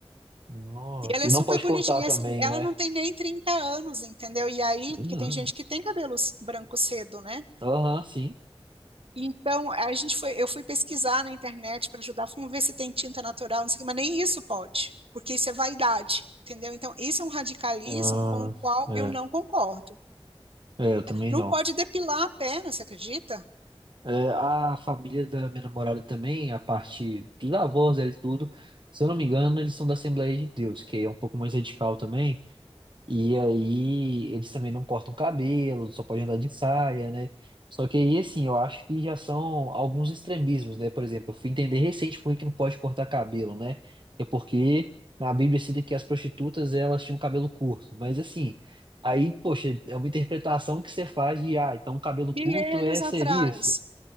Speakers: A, on the right; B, on the right.
A: Nossa,
B: E ela é
A: e
B: super
A: não pode
B: bonitinha.
A: cortar
B: E
A: também,
B: assim, ela
A: né?
B: não tem nem 30 anos, entendeu? E aí,
A: Uhum.
B: porque tem gente que tem cabelos brancos cedo, né?
A: Aham, sim.
B: Então, a gente foi, eu fui pesquisar na internet para ajudar, vamos ver se tem tinta natural, não sei o quê, mas nem isso pode, porque isso é vaidade, entendeu? Então, isso é um radicalismo
A: Ah,
B: com o qual
A: é.
B: eu não concordo.
A: É, eu também
B: Não
A: não.
B: pode depilar a perna, você acredita?
A: É, a família da minha namorada também, a parte dos avós, eles tudo, se eu não me engano, eles são da Assembleia de Deus, que é um pouco mais radical também. E aí eles também não cortam cabelo, só podem andar de saia, né? Só que aí, assim, eu acho que já são alguns extremismos, né? Por exemplo, eu fui entender recente por que que não pode cortar cabelo, né? É porque na Bíblia cita que as prostitutas, elas tinham cabelo curto. Mas assim, aí, poxa, é uma interpretação que você faz de, ah, então cabelo
B: Milênios
A: curto é
B: atrás.
A: ser isso.